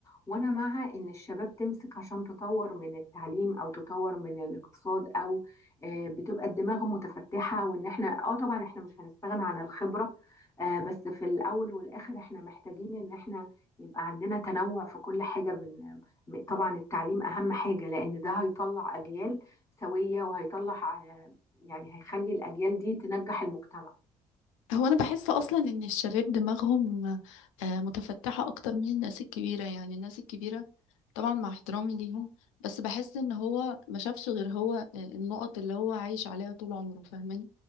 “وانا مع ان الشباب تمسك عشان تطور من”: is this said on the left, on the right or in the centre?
Left